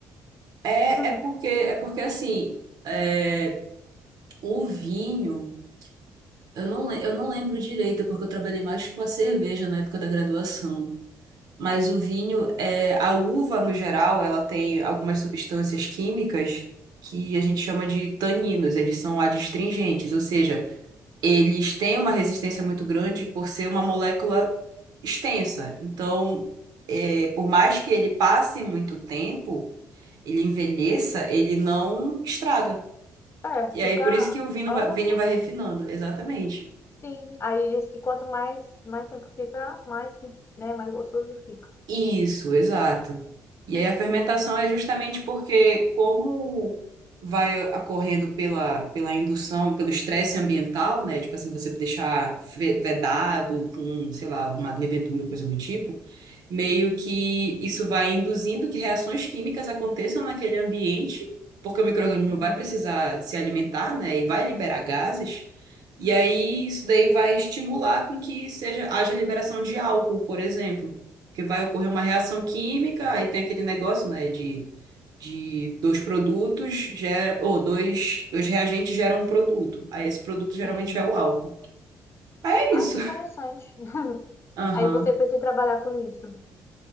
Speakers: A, on the right; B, on the left.
A: É,
B: <laughs>
A: é porque é porque assim, é, o vinho, eu não, le- eu não lembro direito, porque eu trabalhei mais com a cerveja na época da graduação. Mas o vinho, é, a uva no geral, ela tem algumas substâncias químicas que a gente chama de taninos, eles são adstringentes, ou seja, eles têm uma resistência muito grande por ser uma molécula extensa. Então, é, por mais que ele passe muito tempo, ele envelheça, ele não estraga.
B: É,
A: E
B: fica
A: aí, por isso que o vinho
B: anos,
A: vai, vinho
B: né?
A: vai refinando, exatamente.
B: Sim. Aí diz que quanto mais, mais tempo fica, mais, né, mais gostoso fica.
A: Isso, exato. E aí a fermentação é justamente porque como vai ocorrendo pela, pela indução, pelo estresse ambiental, né? Tipo assim, você deixar ve- vedado com, sei lá, uma levedura, coisa do tipo, meio que isso vai induzindo que reações químicas aconteçam naquele ambiente, porque o micro-organismo
B: Uhum.
A: vai precisar se alimentar, né? E vai liberar gases. E aí isso daí vai estimular com que seja haja liberação de álcool, por exemplo. Porque vai ocorrer uma reação química, aí tem aquele negócio, né, de, de dois produtos, gera, ou dois, dois reagentes geram um produto. Aí esse produto geralmente
B: Sim.
A: é o álcool. Aí
B: Ah,
A: é isso.
B: que interessante. <laughs>
A: Aham.
B: Aí você pensa em trabalhar com isso.